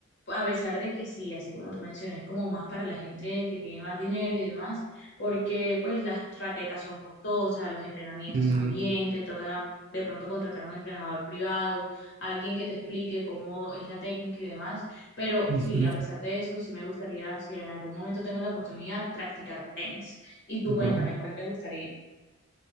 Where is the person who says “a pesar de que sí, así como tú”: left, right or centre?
Left